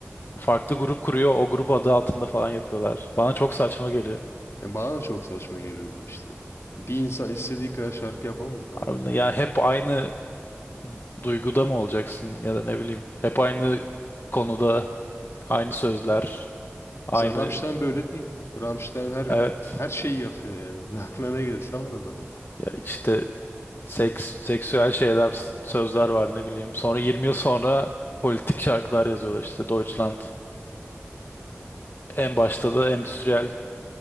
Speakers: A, on the left (about 50°); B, on the left (about 70°).
A: farklı grup kuruyor. O grup adı altında falan yapıyorlar. Bana çok saçma geliyor.
B: Ya bana da çok saçma geliyor bu işte. Bir insan istediği kadar şarkı yapamaz mı abi?
A: Abi ya hep aynı duyguda mı olacaksın ya da ne bileyim hep aynı konuda aynı sözler aynı
B: Mesela Rammstein böyle değil. Rammstein her
A: evet
B: her şeyi yapıyor yani. <laughs> Aklına ne gelirse var adamın.
A: ya işte seks seksüel şeyler s- sözler var ne bileyim sonra 20 yıl sonra politik şarkılar yazıyorlar işte Deutschland en başta da endüstriyel